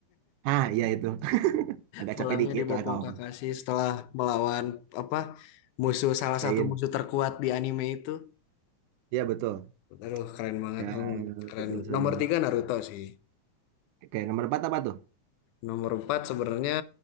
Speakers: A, on the right; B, on the left.
A: Ah, iya itu. <laughs> Agak
B: Pulangnya
A: capek dikit
B: dibopong
A: lah kawan.
B: Kakashi setelah melawan apa musuh salah
A: Pain.
B: satu musuh terkuat di anime itu.
A: Iya betul.
B: Aduh, keren banget
A: Ya,
B: memang. Keren.
A: itu seru
B: Nomor
A: banget.
B: tiga Naruto sih.
A: Oke, nomor empat apa tuh?
B: Nomor empat sebenarnya